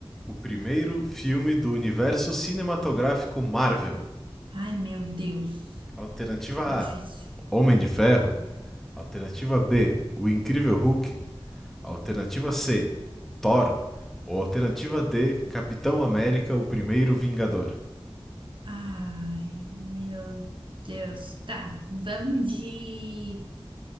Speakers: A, in the centre; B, on the right (about 60°).
A: o primeiro filme do universo cinematográfico Marvel?
B: Ai, meu Deus.
A: Alternativa
B: Ficou
A: A:
B: difícil.
A: Homem de Ferro. Alternativa B: O Incrível Hulk. Alternativa C: Thor. Ou alternativa D: Capitão América: O Primeiro Vingador.
B: Ai, meu Deus. Tá. Vamos de